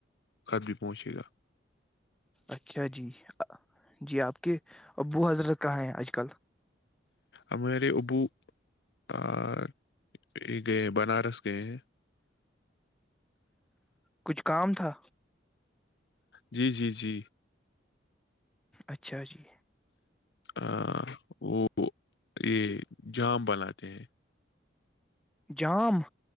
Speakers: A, on the left; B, in the centre.
A: خط بھی پہنچے گا
B: اچھا جی جی آپ کے ابو حضرت کہاں ہے آج کل
A: امیر ابو اور ایک گئے ہیں بنارس گئے ہیں
B: کچھ کام تھا
A: جی جی جی
B: اچھا جی
A: آ وہ یہ جام بناتے ہیں
B: جام